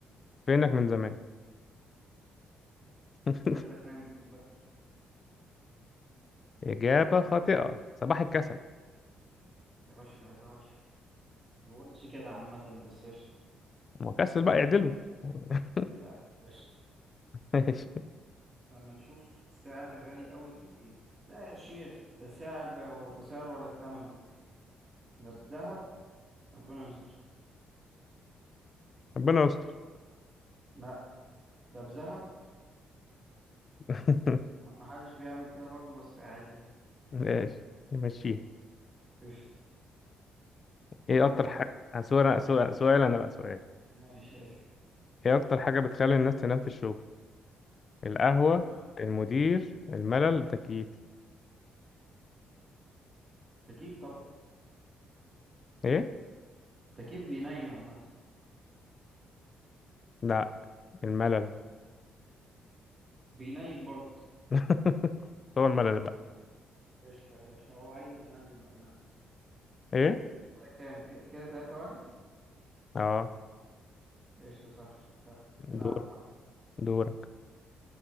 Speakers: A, on the left; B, on the right.
A: فينك من زمان <laughs>
B: شكلك نايم بقى
A: إجابة خاطئة صباح الكسل
B: يا باشا ده ده وحش ما بقولش كده عامة بس قشطة
A: وكسل بقى يعدله <laughs>
B: يا قشطة
A: ماشي
B: لما تشوف سعر غالي قوي تقول ايه لا يا شيخ ده سعر وده سعر ولا ثمنه ده بذهب ربنا يستر
A: ربنا يستر
B: لا ده بذهب
A: <laughs>
B: ما ما حدش بيعمل كده برضو بس عادي يعني
A: ماشي نمشيها
B: قشطة
A: ايه
B: اكتر
A: اكتر حاجه آه، سؤال سؤال سؤال انا بقى سؤالي
B: ماشي يا سعر
A: ايه اكتر حاجه بتخلي الناس تنام في الشغل القهوه
B: سلام
A: المدير الملل التكييف
B: تكييف طبعا
A: ايه
B: التكييف بينيم عامة
A: لا الملل
B: بينيم برضه
A: <laughs> هو الملل بقى
B: قشطة يا باشا هو عايز المال يبقى المال
A: ايه
B: كده كام كده تلاتة واحد
A: اه
B: قشطة سهل سهل العب
A: دور
B: وهكذا
A: دورك